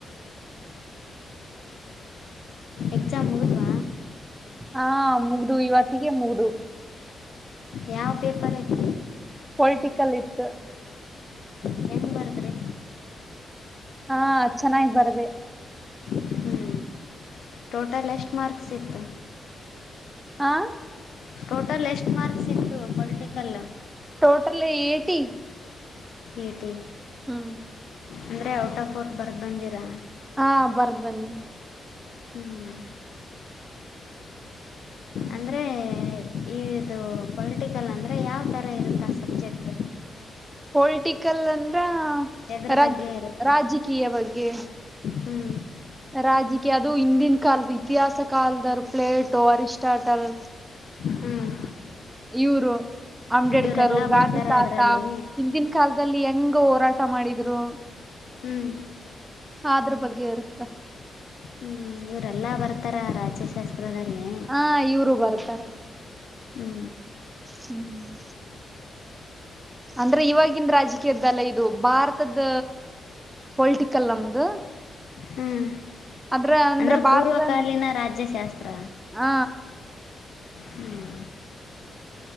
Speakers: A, on the left (about 70°); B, on the right (about 20°).
A: ಎಕ್ಸಾಮ್ ಮುಗಿದ್ವ
B: ಹಾ ಮುಗ್ದ ಇವತ್ತಿಗೆ ಮುಗ್ದ
A: ಯಾವ ಪೇಪರ್ ಐ
B: ಪೊಲಿಟಿಕಲ್ ಇತ್ತು
A: ಹೆಂಗೆ ಬರೆದ್ರಿ
B: ಹಾ ಅದ್ ಚೆನ್ನಾಗ್ ಬರ್ದೆ.
A: ಹ್ಞೂ ಟೋಟಲ್ ಎಷ್ಟು ಮಾರ್ಕ್ಸ್ ಇತ್ತು.
B: ಹಾ
A: ಟೋಟಲ್ ಎಷ್ಟು ಮಾರ್ಕ್ಸ್ ಇತ್ತು ಪೊಲಿಟಿಕಲ್.
B: Total eighty.
A: ಏಟಿ
B: ಹ್ಮ್
A: ಅಂದ್ರೆ ಔಟ್ ಆಫ್ ಔಟ್ ಬರ್ದ್ ಬಂದಿರಾ.
B: ಹಾ ಬರ್ದ್ ಬಂದೀನಿ
A: ಹ್ಮ್ ಅಂದ್ರೆ ಇ ಇದು ಪೊಲಿಟಿಕಲ್ ಅಂದ್ರೆ ಯಾವ್ ತರ ಇರುತ್ ಆ ಸಬ್ಜೆಕ್ಟ್.
B: ಪೊಲಿಟಿಕಲ್ ಅಂದ್ರ
A: ಎದ್ರ
B: ರಾಗ್
A: ಬಗ್ಗೆ ಇರುತ್ತೆ
B: ರಾಜಕೀಯ ಬಗ್ಗೆ
A: ಹ್ಞೂ
B: ರಾಜಕೀಯ ಅದು ಹಿಂದಿನ ಕಾಲದ ಇತಿಹಾಸ ಕಾಲದರು ಪ್ಲೇಟೋ ಅರಿಸ್ಟಾಟಲ್
A: ಹ್ಮ್
B: ಇವರು ಅಂಬೇಡ್ಕರು
A: ಇವರೆಲ್ಲ
B: ಗಾಂಧಿ
A: ಬರ್ತಾರ
B: ತಾತ
A: ಅದರಲ್ಲಿ
B: ಹಿಂದಿನ್ ಕಾಲದಲ್ಲಿ ಹೆಂಗ್ ಹೋರಾಟ ಮಾಡಿದ್ರು
A: ಹ್ಮ್
B: ಸ ಅದ್ರ್ ಬಗ್ಗೆ ಇರುತ್ತ.
A: ಹ್ಮ್ ಇವರೆಲ್ಲ ಬರ್ತಾರ ರಾಜ್ಯಶಾಸ್ತ್ರದಲ್ಲಿ
B: ಹಾ ಇವ್ರು ಬರ್ತಾರೆ.
A: ಹ್ಞೂ
B: ಹ್ಮ ಅಂದ್ರೆ ಇವಾಗಿಂದ್ ರಾಜಕ್ ಕ್ಯದ್ದಲ್ಲ ಇದು ಭಾರತದ ಪೊಲಿಟಿಕಲ್ ನಮ್ದು
A: ಹ್ಮ್
B: ಅದ್ರ ಅಂದ್ರ
A: ಅಂದ್ರೆ ಪೂರ್ವಕಾಲೀನ
B: ಭಾರತದ
A: ರಾಜ್ಯಶಾಸ್ತ್ರ.
B: ಹ
A: ಹ್ಮ್